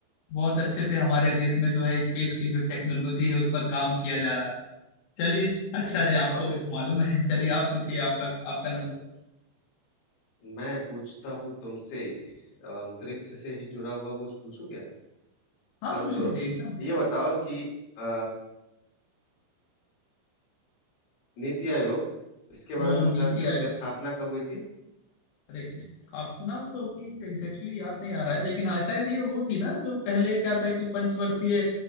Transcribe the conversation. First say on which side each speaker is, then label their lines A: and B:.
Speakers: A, on the left (about 75°); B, on the left (about 85°).
A: बहुत अच्छे से हमारे देश में जो है स्पेस की जो टेक्नोलॉजी है उस पर काम किया जा रहा है चलिए
B: सही
A: अच्छा है आपको
B: और नहीं तो क्या
A: मालूम है <laughs> चलिए आप पूछिए आपका आपका नंबर
B: मैं पूछता हूँ तुमसे अ, अंतरिक्ष से ही जुड़ा हुआ कुछ पूछू क्या
A: हाँ
B: चलो
A: पूछ
B: छोड़ो
A: लीजिए एकदम
B: ये बताओ कि अ, नीति आयोग इसके बारे
A: वो
B: में
A: नीति
B: तो जानते हो
A: आयोग
B: इसकी स्थापना कब हुई थी
A: अरे स्थापना तो अभी एग्जैक्टली exactly याद नहीं आ रहा है लेकिन हाँ शायद ये वो थी ना जो पहले क्या था कि पंचवर्षीय